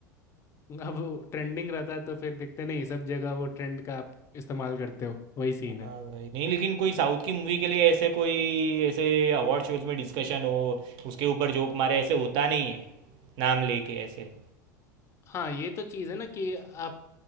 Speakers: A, on the left; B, on the right.
A: अब वो ट्रेंडिंग रहता है तो फिर देखते नहीं सब जगह वो ट्रेंड का आप इस्तेमाल करते हो वही सीन
B: हाँ
A: है
B: भाई नहीं लेकिन कोई साउथ की मूवी के लिए ऐसे कोई ऐसे अवार्ड शोज में डिस्कशन हो उसके ऊपर जोक मारे ऐसे होता नहीं है नाम लेके ऐसे
A: हाँ ये तो चीज़ है ना कि आप